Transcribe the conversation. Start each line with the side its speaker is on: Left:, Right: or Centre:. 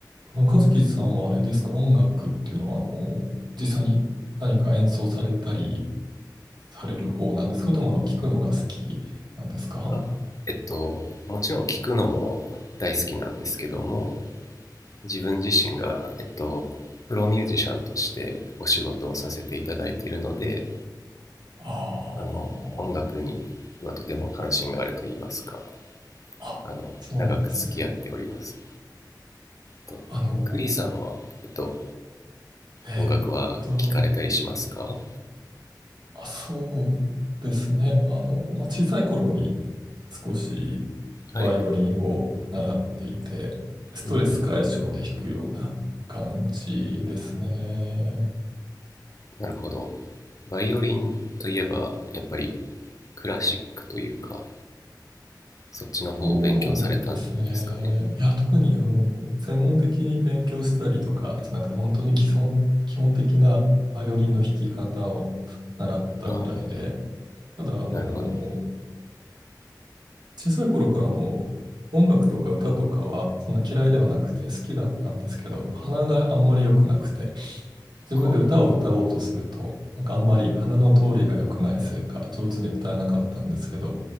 Right: あの和樹さんはあれですか、音楽っていうのは、あの、実際に何か演奏されたりされる方なんですか、それともあの、聞くのが好きなんですか
Left: あ、えっと、もちろん聞くのも大好きなんですけども、自分自身が、えっと、プロミュージシャンとしてお仕事をさせていただいているので、
Right: あ
Left: あの、音楽にはとても関心があると言いますか、
Right: あ、あ、
Left: あの、
Right: そうなんですね。
Left: 長く付き合っております。と、
Right: あの、
Left: クリさんは、えっと、
Right: えーっと、
Left: 音楽は聞かれたりしますか
Right: あ、そうですね。あの、まあ、小さい頃に少しバイオリンを習っていて、
Left: はい。
Right: ストレス解消で弾くような感じですね。
Left: うん。なるほど。バイオリンといえば、やっぱりクラシックというか、そっちの方を勉強されたんですかね。
Right: そうですね。いや、特にあの専門的に勉強したりとかじゃなくて、本当に基礎、基本的なバイオリンの弾き方を習ったぐらいで、
Left: ああ、
Right: ただ、あの、
Left: なるほど。
Right: 小さい頃からあの音楽とか歌とかはそんな嫌いではなくて好きだったんですけど、鼻があんまり良くなくて、自分で歌を歌おうとすると、
Left: ああ、
Right: なんかあんまり鼻の通りが良くないせいか、上手に歌えなかったんですけど、